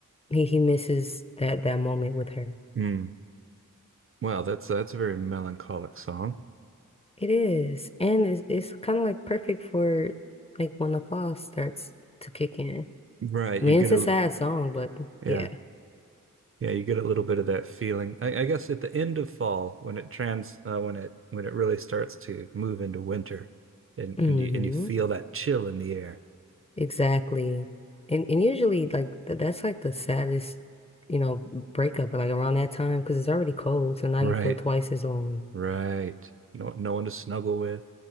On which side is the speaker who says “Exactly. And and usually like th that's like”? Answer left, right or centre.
Left